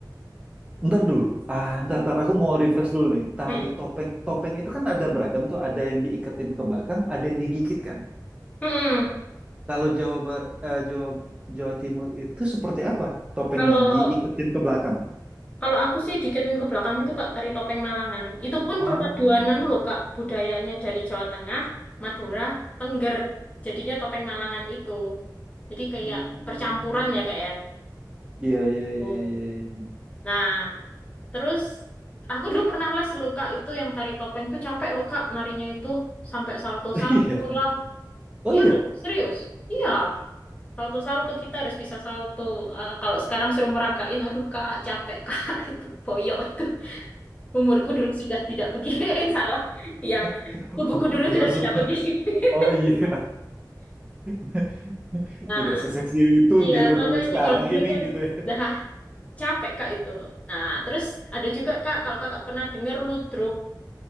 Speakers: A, on the right; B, on the left.
A: Ntar dulu. Ah, ntar, ntar aku mau refresh dulu nih. Tari
B: Mm-mm.
A: topeng. Topeng itu kan ada beragam tuh. Ada yang diiketin ke belakang, ada yang digigit kan.
B: Mm-mm.
A: Kalau Jawa Bar, eh, Jawa, Jawa Timur itu seperti apa topengnya?
B: Kalau
A: Diiketin ke belakang.
B: kalau aku sih diketin ke belakang itu Kak tari topeng Malangan. Itu pun
A: Oh,
B: perpaduanan loh Kak budayanya dari Jawa Tengah, Madura, Tengger. Jadinya topeng Malangan itu. Jadi kayak
A: hmm,
B: percampuran ya Kak ya.
A: iya, iya,
B: Oh.
A: iya, iya, iya.
B: Nah, terus aku dulu pernah les loh Kak itu yang tari topeng tuh capek loh Kak narinya itu sampai salto-salto
A: Iya.
B: lah.
A: Oh
B: Iya
A: iya.
B: loh, serius. Iya. Salto-salto kita harus bisa salto. Eh, kalau sekarang suruh meragain, aduh kak capek kak <laughs> itu boyok itu. Umurku dulu sudah tidak begini, <laughs> salah. Ya,
A: <laughs>
B: tubuhku dulu
A: Nggak
B: sudah
A: se-
B: tidak begini. <laughs>
A: Oh iya. <laughs>
B: Nah,
A: Tidak seseksi itu
B: iya
A: gitu dulu.
B: makanya
A: Sekarang
B: kalau dulu
A: ini
B: tuh
A: gitu ya.
B: dah capek kak itu. Nah, terus ada juga kak kalau kakak pernah dengar ludruk,